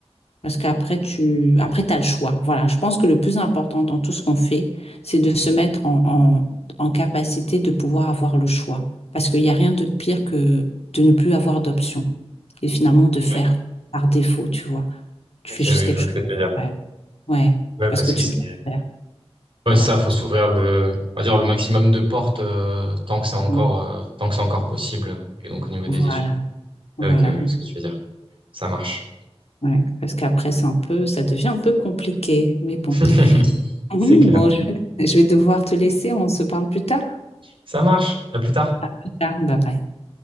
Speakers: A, on the left; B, on the right.
A: Parce qu'après, tu après, t'as le choix. Voilà, je pense que le plus important dans tout ce qu'on fait, c'est de se mettre en, en, en capacité de pouvoir avoir le choix. Parce qu'il n'y a rien de pire que de ne plus avoir d'option. Et finalement, de faire
B: Ouais.
A: par défaut, tu vois. Tu
B: Ok,
A: fais juste
B: oui,
A: quelque
B: je vois
A: chose.
B: ce que tu veux dire.
A: Ouais, ouais.
B: Ouais,
A: Parce
B: parce
A: que
B: que
A: tu
B: c'est,
A: dois le faire.
B: ouais,
A: Voilà.
B: ça, faut s'ouvrir le, on va dire le maximum de portes, euh, tant que c'est encore,
A: Mm.
B: euh, tant que c'est encore possible. Et donc, au niveau
A: Voilà.
B: des études.
A: Voilà.
B: Ok, ouais, je vois ce que tu veux dire. Ça marche.
A: Ouais. Parce qu'après, c'est un peu, ça devient un peu compliqué. Mais bon.
B: <laughs>
A: Mhm.
B: C'est clair.
A: Bon, je, je vais devoir te laisser. On se parle plus tard.
B: Ça marche. À plus tard.
A: Plus tard. Bye bye.